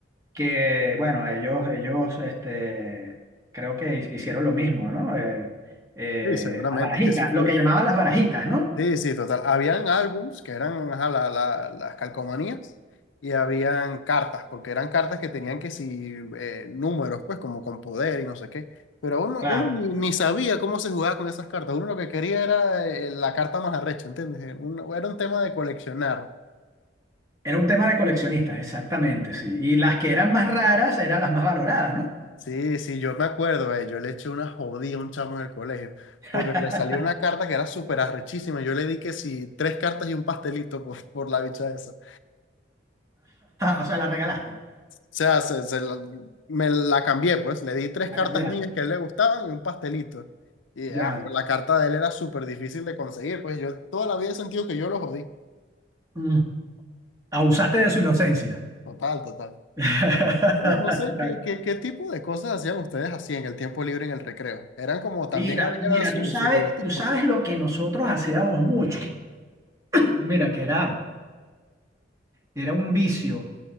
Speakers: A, on the right (about 15°); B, on the left (about 80°).
A: que bueno, ellos, ellos, este, creo que hi- hicieron lo mismo, ¿no? Eh, eh,
B: Sí, seguramente,
A: las barajitas,
B: es que eso fue.
A: lo que llamaban las barajitas, ¿no?
B: Sí, sí, total. Habían álbums que eran ajá, la- la- las calcomanías y habían cartas, porque eran cartas que tenían que si eh, números, pues como con poder y no sé qué. Pero uno,
A: Claro,
B: uno ni, ni sabía cómo se jugaba con esas cartas. Uno lo que quería era eh, la carta más arrecha, ¿entiendes? Eh, uno- era un tema de coleccionar.
A: era un tema de coleccionistas, exactamente, sí. Y las que eran más raras eran las más valoradas, ¿no?
B: Sí, sí, yo me acuerdo, eh, yo le eché una jodida a un chamo en el colegio,
A: <laughs>
B: porque le salió una carta que era súper arrechísima. Yo le di que sí, tres cartas y un pastelito por, por la bicha esa. O
A: O sea, la regalaste,
B: sea, se, se la- me la cambié, pues. Le di tres
A: la
B: cartas
A: cambiaste,
B: mías que a él le gustaban y un pastelito. Y
A: ya.
B: ah, pero la carta de él era súper difícil de conseguir, pues yo toda la vida he sentido que yo lo jodí.
A: Mm. Abusaste de su inocencia.
B: Total, total.
A: <laughs>
B: Bueno, no sé qué, qué, qué tipo de cosas hacían ustedes así en el tiempo libre en el recreo. Eran como también
A: Mira,
B: había
A: mira,
B: sus
A: tú sabes,
B: su jugueticos.
A: tú sabes lo que nosotros hacíamos mucho. <clears throat> Mira, que era, era un vicio.